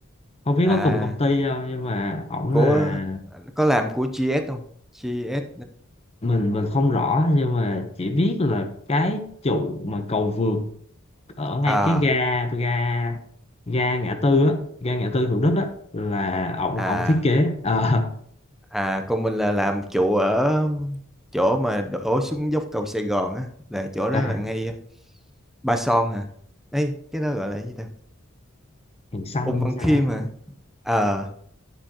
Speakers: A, on the left (about 30°); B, in the centre.
A: không biết
B: à
A: có cùng công ty không nhưng mà ổng
B: của
A: là
B: có làm của GS không GS
A: mình mình không rõ nhưng mà chỉ biết là cái trụ mà cầu vượt ở ngay
B: ờ,
A: cái
B: à
A: ga ga ga ngã tư á ga ngã tư Thủ Đức á là ổng
B: à
A: ổng thiết kế Ờ,
B: À, còn mình là làm trụ ở chỗ mà đổ xuống dốc cầu Sài Gòn á, là chỗ đó
A: à
B: là ngay Ba Son hả? Ấy, cái đó gọi là cái gì ta?
A: hàng xanh
B: Ung Văn
A: hay sao
B: Khiêm
A: á
B: mà. Ờ,